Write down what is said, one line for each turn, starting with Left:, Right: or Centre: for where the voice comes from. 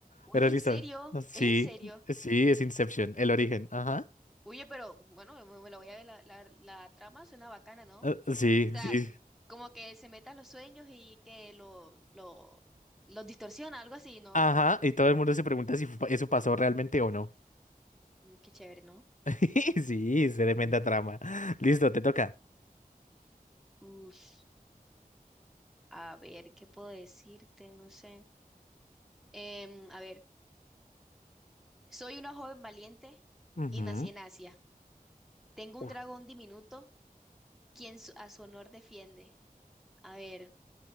Centre: Oye,
Left: Pero listo.
Centre: ¿en serio?
Left: No Sí,
Centre: ¿Es en serio?
Left: sí, es Inception, el origen. Ajá.
Centre: Oye, pero bueno, me, me lo voy a ver, la, la, la trama suena bacana, ¿no?
Left: Eh,
Centre: O
Left: Sí,
Centre: sea,
Left: sí.
Centre: como que se metan los sueños y que lo, lo, los distorsiona, algo así, ¿no?
Left: Ajá. Y todo el mundo se pregunta si fu- eso pasó realmente o no.
Centre: Mm, Qué chévere, ¿no?
Left: <laughs> Sí, es tremenda trama. Listo, te toca.
Centre: Uf, a ver, ¿qué puedo decirte? No sé. Em, a ver, soy una joven valiente
Left: Ujú.
Centre: y nací en Asia. Tengo
Left: Uf,
Centre: un dragón diminuto, quien su- a su honor defiende. A ver.